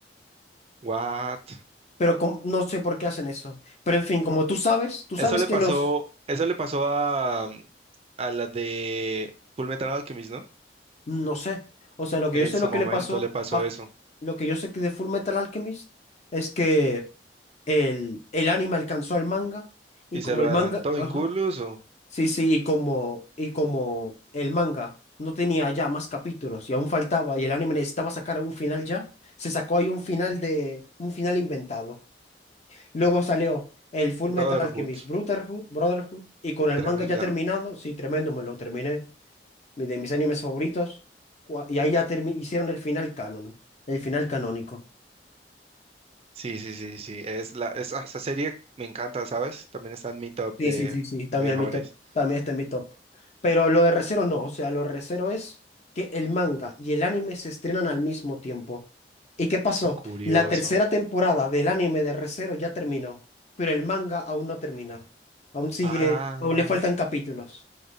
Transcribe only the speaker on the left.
Pero com- no sé por qué hacen eso. Pero en fin, como tú sabes, tú sabes
que
los.
No sé. O sea, lo que
yo sé
lo
que le pasó
a
lo que yo sé que de Full Metal Alchemist es que el, el anime alcanzó al manga y
como
el
manga, ajá,
sí, sí, y como, y como el manga no tenía ya más capítulos y aún faltaba y el anime necesitaba sacar un final ya, se sacó ahí un final de, un final inventado. Luego salió el Full
Metal Alchemist Brotherhood, Brotherhood y con el
manga ya terminado, sí, tremendo, me lo terminé mi- de mis animes favoritos. Gua- Y ahí ya termi- hicieron el final canon, el final canónico.
Sí,
sí, sí, sí. También
en mi top, también está en mi top. Pero lo de Re:Zero no, o sea, lo de Re:Zero es que el manga y el anime se estrenan al mismo tiempo. ¿Y qué pasó?
La tercera temporada del anime de Re:Zero ya terminó, pero el manga aún no termina. Aún sigue,
aún le faltan capítulos.